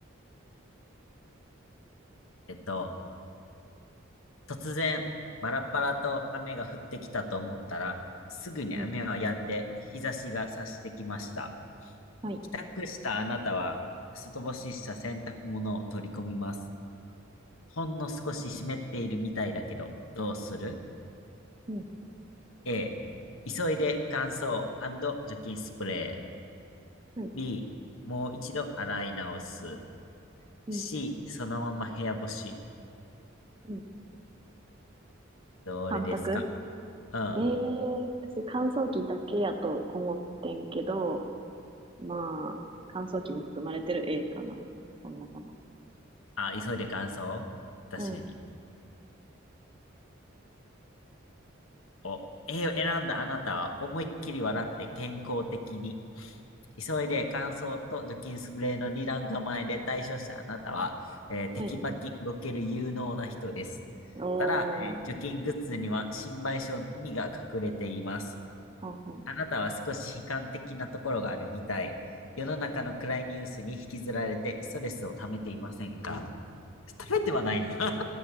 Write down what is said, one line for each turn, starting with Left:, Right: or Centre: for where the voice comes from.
Left: えっと、突然、バラッバラと雨が降ってきたと思ったら、すぐに雨は止んで、
Right: うん、
Left: 日差しが差してきました。
Right: はい、
Left: 帰宅したあなたは、外干しした洗濯物を取り込みます。ほんの少し湿っているみたいだけど、どうする
Right: うん、
Left: ?A、急いで乾燥除菌スプレー。
Right: はい、
Left: B、もう一度洗い直す。
Right: うん、
Left: C、そのまま部屋干し。
Right: うん。
Left: どれですか
Right: 三択
Left: うん。
Right: えー、私乾燥機だけやと思ってんけど、まあ、乾燥機も含まれてる A かな。こんなかな。
Left: あ、急いで乾燥確かに。
Right: うん。
Left: を A を選んだあなたは思いっきり笑って健康的に。急いで乾燥と除菌スプレーの二段構えで対処したあなたは、えーテキパキ動ける有能な人です。
Right: はい。おー、
Left: ただ、えー除菌グッズには心配性の意味が隠れています。
Right: はんはん
Left: あなたは少し悲観的なところがあるみたい。世の中の暗いニュースに引きずられてストレスを溜めていませんか <laughs> 溜めてはないよな。